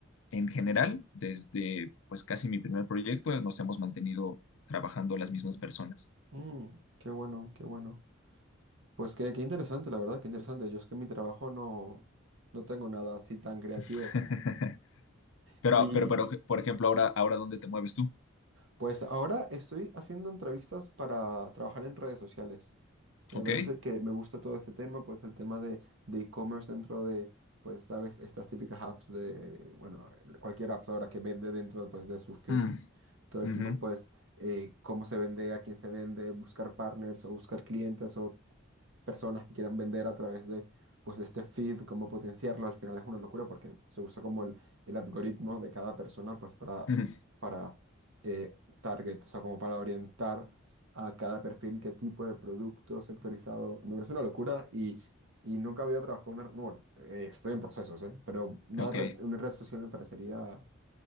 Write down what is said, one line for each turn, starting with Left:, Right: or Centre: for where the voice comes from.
Left: en general, desde pues casi mi primer proyecto, eh, nos hemos mantenido trabajando las mismas personas.
Right: Mm, qué bueno, qué bueno. Pues qué, qué interesante, la verdad, qué interesante. Yo es que en mi trabajo no, no tengo nada así tan creativo.
Left: <laughs> Pero,
Right: Y
Left: pero, pero, por ejemplo, ahora, ahora, ¿dónde te mueves tú?
Right: pues ahora estoy haciendo entrevistas para trabajar en redes sociales. Me
Left: ¿Ok?
Right: parece que me gusta todo este tema, pues el tema de de e-commerce dentro de, pues, sabes, estas típicas apps de, bueno, cualquier app ahora que vende dentro, pues, de su feed.
Left: Mm,
Right: Todo el
Left: ujú,
Right: tema, pues, eh, cómo se vende, a quién se vende, buscar partners o buscar clientes o personas que quieran vender a través de, pues, de este feed, cómo potenciarlo, al final es una locura porque se usa como el, el algoritmo de cada persona pues, para,
Left: ujú,
Right: para eh, target, o sea, como para orientar a cada perfil qué tipo de producto sectorizado. Me parece una locura y, y nunca había trabajado una... no, Bueno, eh, estoy en procesos, ¿eh? Pero una
Left: ok.
Right: red, una red social me parecería,